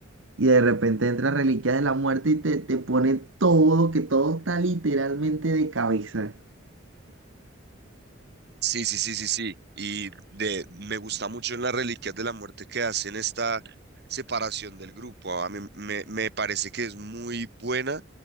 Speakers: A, on the right; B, on the right.
A: Y de repente entra Reliquias de la Muerte y te, te pone todo, que todo está literalmente de cabeza.
B: Sí, sí, sí, sí, sí. Y de, me gusta mucho en las Reliquias de la Muerte que hacen esta separación del grupo. A mí me, me parece que es muy buena